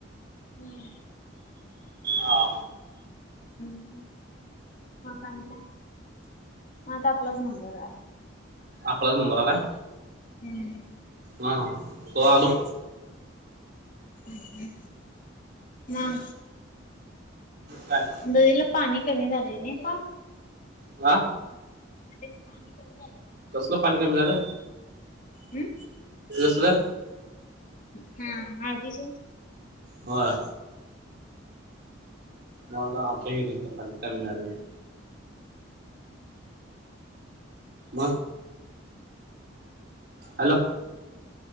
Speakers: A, on the left; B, on the right.
A: हम्म
B: हा
A: हम्म हम् मग आणि काय म आता आपलाच नंबर आहे
B: आपला नंबर आलाय
A: हम्म
B: हा हो आलो
A: हम् हम हा
B: काय
A: नदीला पाणी कमी झाले नाइ पाक
B: आ
A: नदीच पाणी कमी झालय
B: कसलं पाणी कमी झालं
A: हम्म
B: कसलं?
A: हा हळदीच
B: होय मला वाटलं आमच्या विहिरीतलं पाणी कमी झालय म हॅलो